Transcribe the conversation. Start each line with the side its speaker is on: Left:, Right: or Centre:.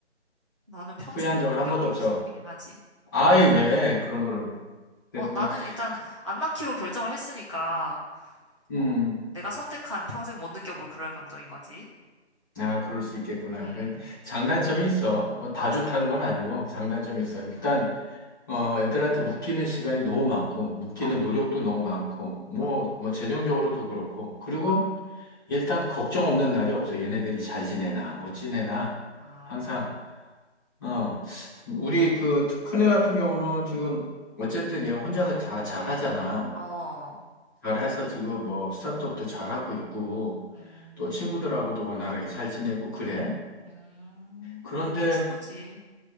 Right: 나는 평생
Left: 후회한
Right: 못
Left: 적은
Right: 느껴볼
Left: 한 번도 없어.
Right: 기분이긴 하지.
Left: 아이, 왜 그런 거를. 그래도
Right: 어, 나는
Left: 뭐,
Right: 일단
Left: 그,
Right: 안 낳기로 결정을 했으니까, 뭐,
Left: 음.
Right: 내가 선택한 평생 못 느껴볼 그럴 감정인 거지.
Left: 아, 그럴 수 있겠구나.
Right: 응, 응,
Left: 그
Right: 응.
Left: 장단점이 있어. 뭐 다
Right: 맞아.
Left: 좋다는 건 아니고 장단점이 있어. 일단 어 애들한테 묶이는 시간이 너무 많고 묶이는
Right: 어,
Left: 노력도 너무 많고 뭐
Right: 응.
Left: 뭐 재정적으로도 그렇고 그리고
Right: 아,
Left: 일단 걱정 없는 날이 없어. 얘네들이 잘 지내나 못 지내나
Right: 아,
Left: 항상 어 우리 그 큰애 같은 경우는 지금 어쨌든 얘 혼자서 다 잘하잖아.
Right: 어,
Left: 잘해서 지금 뭐타트업도 잘하고 있고
Right: 음,
Left: 또 친구들하고도 원활하게 잘 지내고 그래.
Right: 음,
Left: 그런데
Right: 그게 최고지.